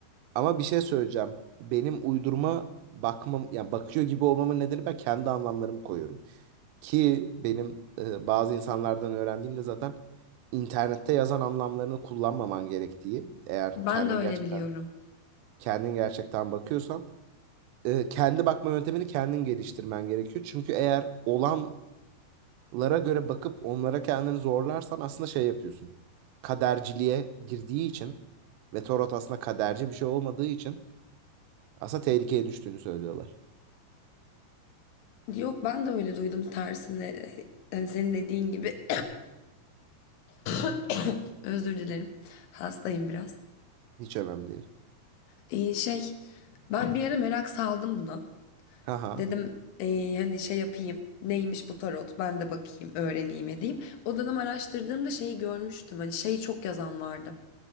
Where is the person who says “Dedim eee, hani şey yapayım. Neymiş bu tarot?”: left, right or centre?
Left